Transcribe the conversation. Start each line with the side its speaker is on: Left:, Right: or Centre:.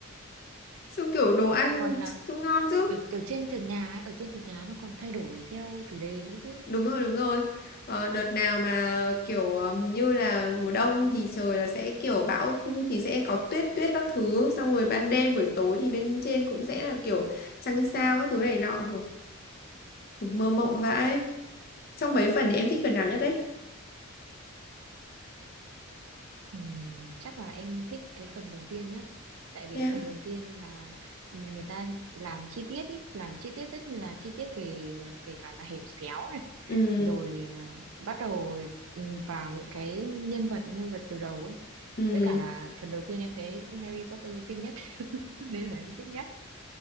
Left: xong kiểu đồ ăn
Right: xong rồi còn à,
Left: trông ngon chứ
Right: ở, ở trên trần nhà ấy, ở trên trần nhà nó còn thay đổi theo chủ đề nữa chứ
Left: Đúng rồi, đúng rồi. Ờ, đợt nào mà kiểu ờ, hình như là mùa đông thì trời là sẽ kiểu bão thì sẽ có tuyết tuyết các thứ xong rồi ban đêm buổi tối thì bên trên cũng sẽ là kiểu trăng sao các thứ này nọ Hử, kiểu mơ mộng vãi. Trong mấy phần thì em thích phần nào nhất đấy?
Right: Ừm, chắc là em thích cái phần đầu tiên nhất tại vì
Left: Yeah.
Right: cái phần đầu tiên là ừ, người ta làm chi tiết ý làm chi tiết rất là chi tiết về à, kể cả là hẻm xéo này
Left: Ừ,
Right: rồi à, bắt đầu ừ, vào những cái nhân vật nhân vật từ đầu ấy
Left: ừ.
Right: với cả là phần đầu tiên em thấy Harry Potter xinh nhất <laughs> nên là em thích nhất